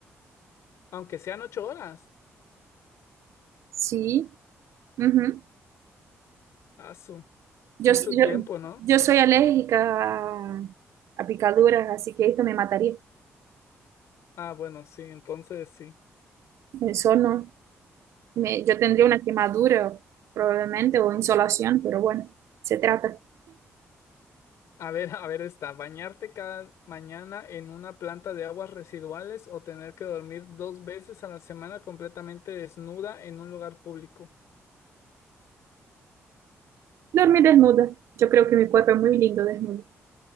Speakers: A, on the left; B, on the right.
A: Aunque sean ocho horas.
B: Sí. Ujú.
A: Ah, su,
B: Yo,
A: mucho
B: yo,
A: tiempo, ¿no?
B: yo soy alérgica a, a picaduras, así que esto me mataría.
A: Ah, bueno, sí, entonces sí.
B: El sol no. Me- yo tendría
A: A,
B: una quemadura probablemente o insolación, pero bueno, se trata.
A: a ver, <laughs> a ver esta ¿Bañarte cada mañana en una planta de aguas residuales o tener que dormir dos veces a la semana completamente desnuda en un lugar público?
B: Dormir desnuda. Yo creo que mi cuerpo es muy lindo desnudo.